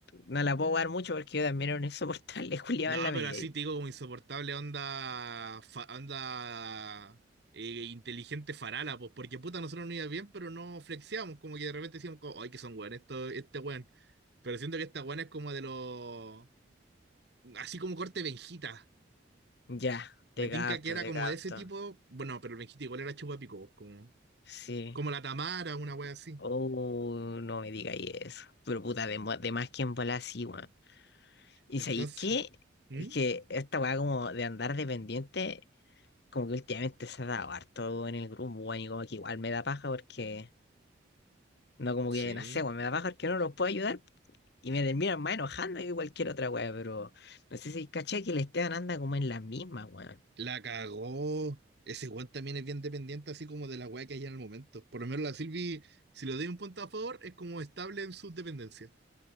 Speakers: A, on the left; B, on the right.
A: no la puedo dar mucho porque yo también era un insoportable, <laughs> Julián
B: No,
A: en la
B: pero
A: media.
B: así te digo como insoportable onda, fa- onda eh, inteligente farala, pues, porque puta, nosotros no iba bien, pero no flexiamos, como que de repente decíamos, como, ay, que son weón, esto, este weón. Pero siento que esta weón es como de los, así como corte Benjita.
A: Ya,
B: Me
A: te capto,
B: tinca que era
A: te
B: como
A: capto.
B: de ese tipo, bueno, pero el Benjita igual era chupapico, pues, como,
A: Sí.
B: como la Tamara, una wea así.
A: Oh, no me digáis eso. Pero puta, de, mo- de más que en bola sí, weón. ¿Y
B: Entonces,
A: sabéis qué?
B: ¿Mm?
A: Es que esta weá como de andar dependiente, como que últimamente se ha dado harto en el grupo, weón, y como que igual me da paja porque, no como
B: Sí.
A: que, no sé, weón, me da paja porque no los puedo ayudar y me terminan más enojando que cualquier otra weá, pero no sé si caché que el Esteban anda como en las mismas, weón.
B: La cagó. Ese weón también es bien dependiente, así como de la weá que hay en el momento. Por lo menos la Silvi, si le doy un punto a favor, es como estable en sus dependencias.